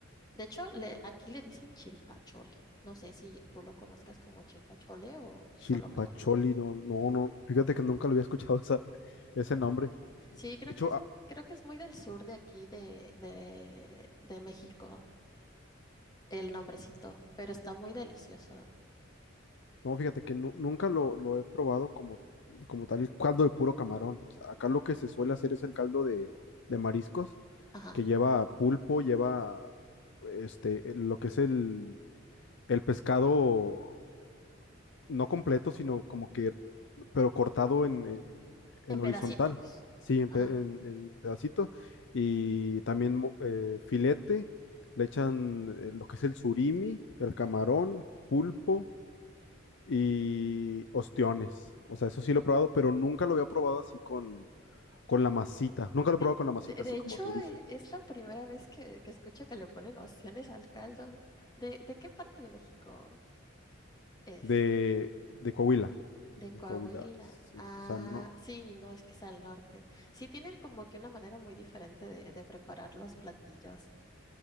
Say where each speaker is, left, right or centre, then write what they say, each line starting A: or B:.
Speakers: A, on the left; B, on the left.
A: De hecho, le, aquí le dicen chilpachole. No sé si tú lo conozcas como chilpachole o solo
B: Chilpacholi,
A: camarón.
B: no, no, no, fíjate que nunca lo había escuchado <laughs> esa, ese nombre.
A: Sí, creo
B: De hecho,
A: que es, creo que es muy del sur de aquí de, de, de México el nombrecito, pero está muy delicioso.
B: No, fíjate que nu- nunca lo, lo he probado como, como tal el caldo de puro camarón. O sea, acá lo que se suele hacer es el caldo de, de mariscos,
A: Ajá,
B: que lleva pulpo, lleva este, el- lo que es el, el pescado no completo, sino como que, pero cortado en, en- en
A: en pedacitos.
B: horizontal. Sí, en,
A: Ah,
B: pe- en, en pedacito. Y también mo- eh, filete, le echan eh, lo que es el surimi, el camarón, pulpo y ostiones. O sea, eso sí lo he probado, pero nunca lo había probado así con, con la masita. Nunca lo
A: de,
B: he probado con la masita,
A: de- de
B: así
A: hecho,
B: como tú dices.
A: e- es la primera vez que, que escucho que le ponen opciones al caldo. ¿De, de qué parte de México es?
B: De, de Coahuila.
A: De
B: De
A: Coahuila.
B: Coahuila, sí.
A: Ah,
B: O sea, no,
A: sí, no, es que es al norte. Sí, tienen como que una manera muy diferente de, de preparar los platillos,